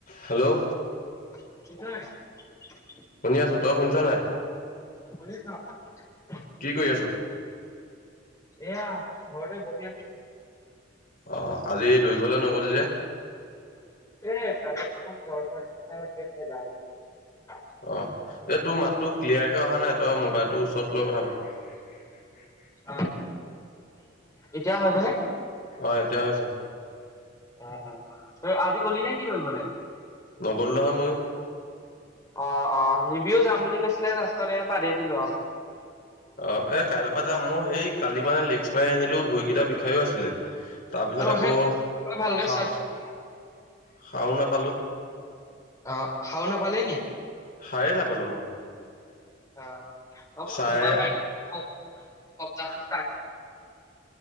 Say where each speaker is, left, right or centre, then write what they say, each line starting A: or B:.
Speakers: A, on the left; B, on the left.
A: হেল্ল',
B: <unintelligible>
A: শুনি আছো তই শুনিছ নাই?
B: <unintelligible>
A: কি কৰি আছ
B: এয়া ঘৰতে বহি আছিলো
A: আহ আজি দৈৰিবলৈ নগিল যে
B: এই কালিৰ‌ পৰা অকনমান জ্বৰ জ্বৰ নিচিনা লাগিল আছে গাটো
A: অ এই তোৰ মাতটো ক্লিয়াৰকে অহা নাই তই মোবাইলটোৰ ওচৰত লৈ কথা পাত হয় <unintelligible>
B: অ এতিয়া হৈছে নে
A: হয় এতিয়া হৈছে
B: আহ অ আজি গলি নে কি দৰিবলৈ?
A: নগ'লো নহয় ময়ো
B: অ অ নিবিও যাম বুলি কৈছিলে ৰাস্তৰে বাদে দিলো আৰু
A: অ এ কাইলৈৰ পৰা যাম মোৰ সেই কালি মানে লেচ্চ মাৰি আহিলো ভৰিকেইটা বিষ খেল আছিলে তাৰপিছত
B: অ
A: আকৌ
B: সেই ভালকে
A: হাঁহ
B: ষ্টাৰ্ট কৰি
A: খাওঁ নাপালো
B: অ হাও নাপালি নেকি
A: হাৰেই নাপালো মই
B: অ হ'ব
A: চাৰে
B: সোমবাৰ পাই সপ্তাহটো ষ্টাৰটিং <unintelligible>